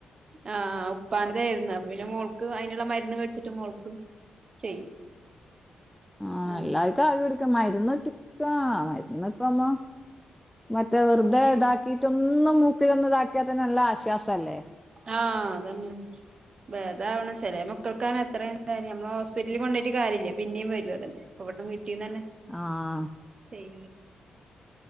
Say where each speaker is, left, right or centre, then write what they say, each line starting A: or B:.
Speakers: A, on the right; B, in the centre.
A: ആഹ ഉപ്പാനതായിരുന്നു പിന്നെ മുൾക്ക് അതിനുള്ള മരുന്ന് മേടിച്ചിട്ട് മുൾക്ക് ചെയ്യും <inaudible>
B: ആഹ
A: അങ്ങനെ
B: എല്ലാവർക്കും ആവി കുടുക്ക മരുന്ന് ഒറ്റിക്ക മരുന്ന് ഇപ്പമ്മ മറ്റേ വെറുതെ
A: കുട്ടികൾ
B: ഇതാക്കിട്ടൊന്നും മൂക്കിലൊന്ന ഇതാക്കിയാത്തെ നല്ല ആശ്വാസം അല്ലേ
A: ആഹ അതന്നെ വേദാവണ ചില മക്കൾക്കാണ് എത്ര എന്താല നമ്മൾ ഹോസ്പിറ്റലിൽ കൊണ്ടോയിട്ട് കാര്യില്ല പിന്നേും വരു അതന്നെ അവിടെന്ന് വീട്ടീന്ന് തന്നെ
B: ആഹ
A: ചെയ്യ